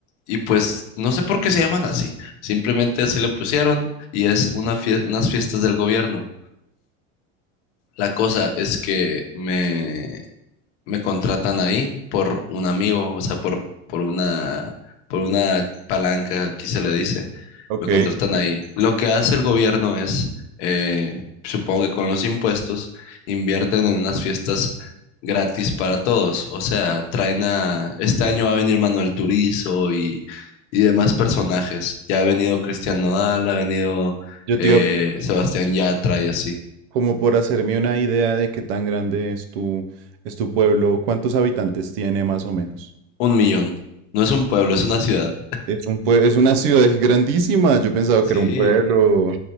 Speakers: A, on the left (about 70°); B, on the right (about 55°).
A: y pues no sé por qué se llaman así. Simplemente así le pusieron y es una fie- unas fiestas del gobierno. La cosa es que me me contratan ahí por un amigo, o sea, por, por una, por una palanca, aquí se le dice,
B: Ok.
A: me contratan
B: Sí.
A: ahí. Lo que hace el gobierno es, eh, supongo que con los impuestos, invierten en unas fiestas gratis para todos, o sea, traen a, este año va a venir Manuel Turizo y, y demás personajes, ya ha venido Cristian Nodal, ha venido
B: Yo
A: eh,
B: te iba
A: Sebastián Yatra y así,
B: como por hacerme una idea de qué tan grande es tu, es tu pueblo, cuántos habitantes tiene más o menos.
A: un millón. No es un pueblo, es una ciudad.
B: Es un pue- es una ciudad grandísima. Yo pensaba
A: Sí.
B: que era un pueblo.